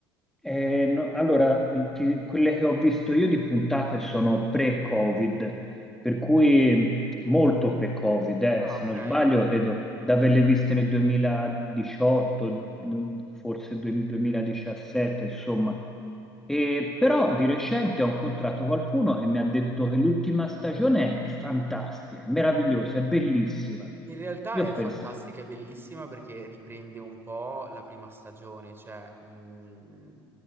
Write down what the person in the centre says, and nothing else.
Eh, no, allora, ti- quelle che ho visto io di puntate sono pre-Covid, per cui molto pre-Covid, eh,
se
non sbaglio, credo di averle viste nel 2018, forse 2017, insomma. E però di recente ho incontrato qualcuno che mi ha detto che l'ultima stagione è fantastica, è meravigliosa, è bellissima.
Io
penso,